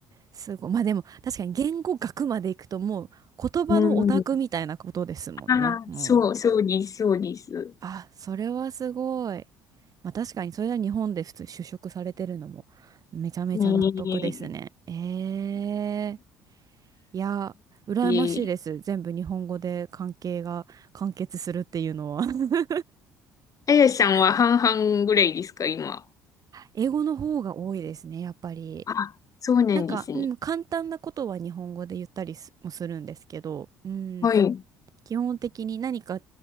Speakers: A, on the right; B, on the left.
A: すごい。まあでも確かに言語学まで行くともう言葉のオタクみたいなことですもんね。
B: う、うん。ああ、
A: うん
B: そう、そうです、そうです。
A: あ、それはすごい。まあ確かにそれは日本で普通就職されてるのもめちゃめちゃ納得ですね。
B: ねえ。
A: ええいや、羨ましいです。
B: ええ。
A: 全部日本語で関係が完結するっていうのは <laughs>
B: あやさんは半々ぐらいですか、今。
A: 英語の方が多いですね、やっぱり。
B: あ、そうなんですね。
A: なんか、うん、簡単なことは日本語で言ったりすもするんですけど、うん、
B: はい。
A: 基本的に何か